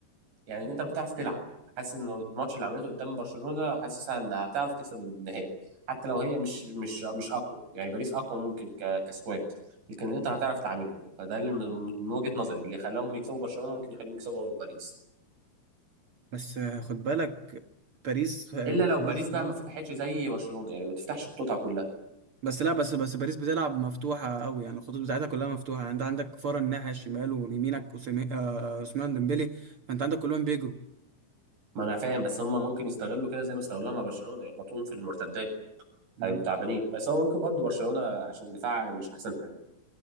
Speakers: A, on the right (about 80°); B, on the right (about 65°).
A: يعني الانتر بتعرف تلعب حاسس انه الماتش اللي عملته قدام برشلونه حاسسها انها هتعرف تكسب النهائي حتى لو هي مش مش مش اقوى يعني باريس اقوى ممكن ك... كسكواد لكن الانتر هتعرف تعاملهم فده اللي من من وجهه نظري اللي خلاهم يكسبوا برشلونه ممكن يخليهم يكسبوا باريس
B: بس آه، خد بالك باريس آه،
A: الا لو
B: باريس
A: باريس بقى
B: آه.
A: ما فتحتش زي برشلونه يعني ما تفتحش خطوطها كلها
B: بس لا بس بس باريس بتلعب مفتوحة قوي يعني الخطوط بتاعتها كلها مفتوحة يعني انت عندك كفارة الناحية الشمال ويمينك عثيمين- آه، عثمان ديمبلي فانت عندك كلهم بيجروا
A: ما انا فاهم بس هم ممكن يستغلوا كده زي ما استغلوها مع برشلونه يخبطوهم في المرتدات
B: المهم،
A: هيبقوا تعبانين بس هو ممكن برضو برشلونه عشان دفاعها مش احسن حاجه